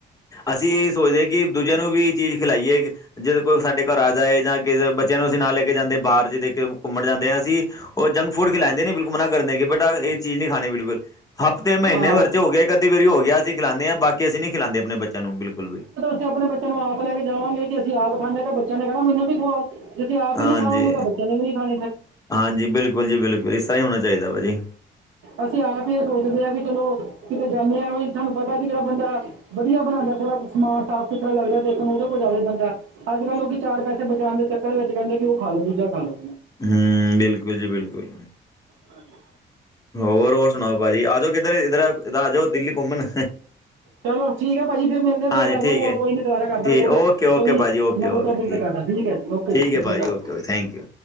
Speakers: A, on the left (about 15°); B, on the right (about 80°).
A: ਅਸੀਂ ਇਹ ਸੋਚਦੇ ਆ ਕਿ ਦੂਜਿਆਂ ਨੂੰ ਵੀ ਇਹ ਚੀਜ਼ ਖਿਲਾਈਏ ਜਿਦੋਂ ਕੋਈ ਸਾਡੇ ਘਰ ਆ ਜਾਏ ਜਾਂ ਕਿਸੇ ਬੱਚਿਆਂ ਨੂੰ ਅਸੀਂ ਨਾ ਲੈ ਕੇ ਜਾਂਦੇ ਬਾਹਰ ਜਿਹਦੇ ਘੁੰਮਣ ਜਾਂਦੇ ਹਾਂ ਅਸੀਂ, ਉਹ ਜੰਕ ਫੂਡ ਕਿ ਲੋੰਦੇ ਨਹੀਂ ਬਿਲਕੁਮ ਮਨਾ ਕਰਦੇਗੇ ਬੇਟਾ ਇਹ ਚੀਜ਼ ਨਹੀਂ ਖਾਨੀ ਬਿਲਕੁਲ ਹਫ਼ਤੇ ਮਹੀਨੇ
B: ਹਾਂ
A: ਭਰ ਚ ਹੋ ਗਏ ਕਦੀ ਵਾਰੀ ਹੋ ਗਿਆ ਅਸੀਂ ਖਿਲਾਉਦੇ ਹਾਂ ਬਾਕੀ, ਅਸੀਂ ਨਹੀਂ ਖਿਲਾਉਂਦੇ ਆਪਣੇ ਬੱਚਿਆਂ ਨੂੰ ਬਿਲਕੁਲ ਵੀ
B: ਅਸੀ ਆਪਣੇ ਬੱਚਿਆਂ ਨੂੰ ਆਪ ਲੈ ਕੇ ਜਾਵਾਂਗੇ ਕਿ ਅਸੀਂ ਆਪ ਖਾਂਨੇ ਤੇ ਬੱਚਿਆਂ ਨੇ ਕਹਿਣਾ ਮੈਨੂੰ ਵੀ ਖਵਾਓ ਜੇ ਅਸੀਂ ਆਪ
A: ਹਾਂਜੀ
B: ਹੀ ਨੀ ਖਾਵਗੇ ਤਾਂ ਬੱਚਿਆਂ ਨੇ ਵੀ ਨੀ ਖਾਨੀ ਫੇਰ
A: ਹਾਂਜੀ ਬਿਲਕੁਲ ਜੀ ਬਿਲਕੁਲ, ਇਸ ਤਰ੍ਹਾਂ ਹੀ ਹੋਨਾ ਚਾਹੀਦਾ ਭਾਜੀ
B: ਅਸੀਂ ਆਪ ਹੀ ਇਹ ਸੋਚਦੇ ਆ ਕਿ ਚਲੋ ਕਿਤੇ ਜਾਂਨੇ ਆ ਵੀ ਸਾਹਨੂੰ ਪਤਾ ਏ ਕਿ ਜਿਹੜਾ ਬੰਦਾ ਵਦੀਆ ਬਣਾੰਦਾ ਥੋੜਾ ਸਮਾਨ ਸਾਫ਼ ਸੁਥਰਾ ਲੱਗਦਾ ਦੇਖਨ ਉਹਦੇ ਕੋਲ ਜਾਵੇ ਬੰਦਾ ਅੱਜ ਕੱਲ੍ਹ ਲੋਕੀ ਚਾਰ ਪੈਸੇ ਬਚਾਉਣ ਦੇ ਚੱਕਰ ਵਿੱਚ ਕਹਿੰਦੇ ਕਿ ਉਹ ਖਾ ਲੋ ਦੂਜਾ ਖਾ ਲੋ
A: ਹੰ, ਬਿਲਕੁਲ ਜੀ ਬਿਲਕੁਲ
B: ਹਾਂਜੀ।
A: ਹੋਰ-ਹੋਰ ਸੁਨਾਓ ਭਾਜੀ ਆ ਜਾਓ ਕਿੱਧਰੇ ਇੱਧਰ ਆ ਜਾਓ ਦਿੱਲੀ ਘੁੰਮਣ
B: ਚਲੋ ਠੀਕ ਹੈ। ਭਾਜੀ ਫਿਰ ਮਿਲਦੇ ਫਿਰ
A: ਹਾਂਜੀ
B: ਕਰਦੇ
A: ਠੀਕ
B: ਆ ਕੋਲ
A: ਹੈ
B: ਕੋਈ ਨੀ ਦੁਬਾਰਾ ਕਰਦਾ
A: ਠੀਕ
B: ਕੋਲ
A: ਓਕੇ ਓਕੇ
B: ਕੋਈ
A: ਭਾਜੀ ਓਕੇ
B: ਨਵੇ
A: ਓਕੇ
B: ਟੋਪਿਕ ਤੇ ਕਰਦਾ ਠੀਕ ਐ ਓਕੇ
A: ਠੀਕ
B: ਜੀ, ਸਸਿ
A: ਹੈ
B: ਸ਼੍ਰੀ
A: ਭਾਜੀ
B: ਅਕਾਲ
A: ਓਕੇ
B: ਜੀ
A: ਓਕੇ ਥੈਂਕ ਯੂ।